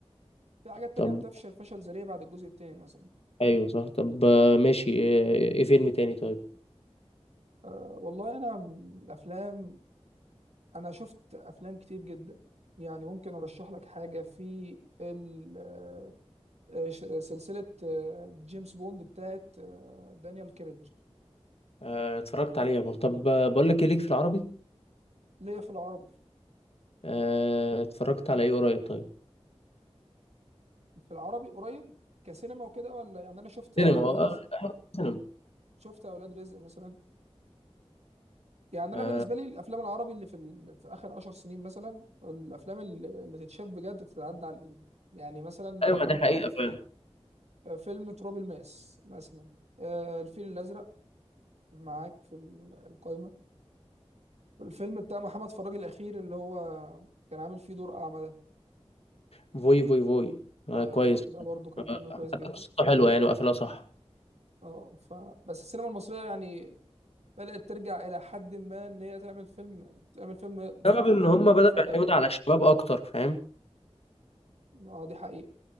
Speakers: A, on the right; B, on the left.
A: في حاجات
B: طب
A: تانية بتفشل فشل ذريع بعد الجزء التاني مثلا
B: ايوه صح طب آه، ماشي آه، ايه فيلم تاني طيب
A: أه والله انا م- افلام انا شفت افلام كتير جدا يعني ممكن ارشح لك حاجه في ال- آه، آه، ش- آه، سلسله آه، جيمس بوند بتاعت آه، دانيال كريج
B: آه، اتفرجت عليه يا بور طب آه، بقول لك ايه ليك في العربي
A: ليا في العربي
B: آه، اتفرجت على ايه قريب طيب
A: في العربي قريب كسينما وكده ولا يعني انا شفت اولاد
B: سينما آه،
A: رزق
B: آه، سينما
A: شفت اولاد رزق مثلا يعني
B: آه،
A: انا بالنسبه لي الافلام العربي اللي في ال... في اخر عشر سنين مثلا الافلام اللي, اللي تتشاف بجد تتعدى على الايد يعني مثلا
B: ايوه
A: آه،
B: ده حقيقة فعلا
A: آه، فيلم تراب الماس مثلا آه، الفيل الازرق معاك في ال- القايمة الفيلم بتاع محمد فراج الأخير اللي هو كان عامل فيه دور أعمى ده
B: فوي فوي فوي آه،
A: اه
B: كويس
A: يا- ده برضو كان
B: آه،
A: فيلم كويس
B: حتى
A: جدا
B: قصته حلوه يعني وقفلها صح
A: اه ف بس السينما المصرية يعني بدأت ترجع إلى حد ما إن هي تعمل فيلم تعمل فيلم
B: سبب ان
A: نقدر
B: هم
A: إن إحنا
B: بدأوا
A: نتفرج
B: يعتمدوا
A: عليه
B: على الشباب اكتر فاهم
A: اه دي حقيقة